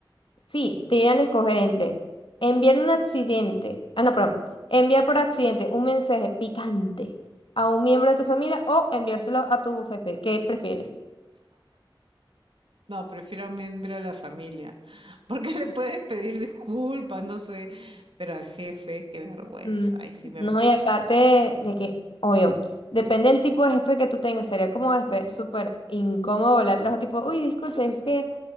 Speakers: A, on the left; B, on the right.
A: Sí, te iban a escoger entre enviar un accidente, ah, no, perdón, enviar por accidente un mensaje picante a un miembro de tu familia o enviárselo a tu jefe. ¿Qué prefieres?
B: No, prefiero a un miembro de la familia, <laughs> porque le puedes pedir disculpas, no sé, pero al jefe, qué vergüenza,
A: Mm.
B: ay, sí me
A: No,
B: muero,
A: y aparte
B: creo.
A: de que, obvio, depende del tipo de jefe que tú tengas, sería como después súper incómodo volar atrás, o tipo, uy, disculpe, es que,